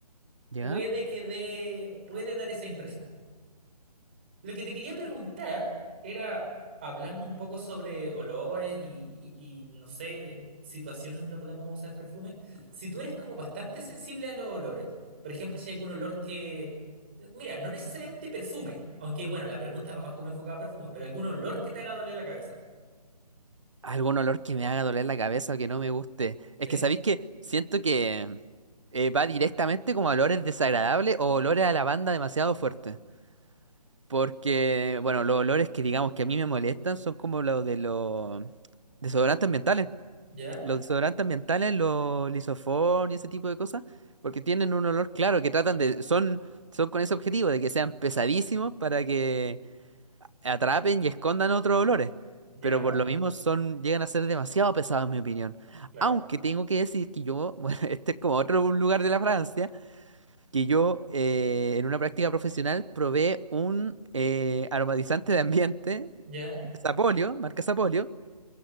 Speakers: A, on the right; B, on the right.
A: ¿Ya?
B: puede que dé, puede dar esa impresión. Lo que te quería preguntar era, hablando un poco sobre olores y, y- y, no sé, situaciones donde podemos usar perfume, si tú eres como bastante sensible a los olores, por ejemplo, si hay algún olor que, mira, no necesariamente perfume, aunque bueno, la pregunta va más como enfocada a perfume, pero algún olor que te haga doler la cabeza,
A: Algún olor que me haga doler la cabeza o que no me guste.
B: ¿sí?
A: Es que sabéis que siento que eh, va directamente como a olores desagradables o olores a lavanda demasiado fuertes. Porque, bueno, los olores que digamos que a mí me molestan son como los de los desodorantes ambientales.
B: Ya,
A: Los desodorantes ambientales, los lisofón y ese tipo de cosas, porque tienen un olor claro que tratan de, son, son con ese objetivo de que sean pesadísimos para que atrapen y escondan otros olores.
B: ya,
A: Pero por lo Mm. mismo son, llegan a ser demasiado pesados en mi opinión.
B: claro,
A: Aunque tengo que decir que yo, <laughs> bueno, este es como otro lugar de la Francia, que yo eh, en una práctica profesional probé un eh, aromatizante de ambiente,
B: ya,
A: Sapolio, marca Sapolio,